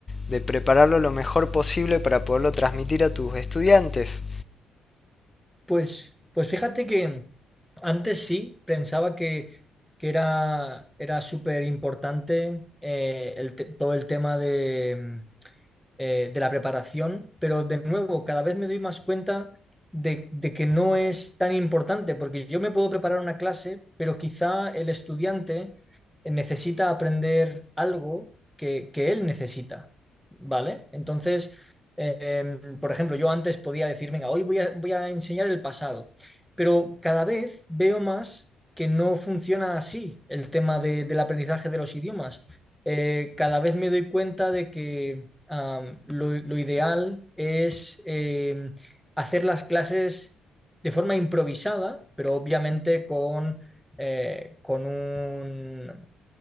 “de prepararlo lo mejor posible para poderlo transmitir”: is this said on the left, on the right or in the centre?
Left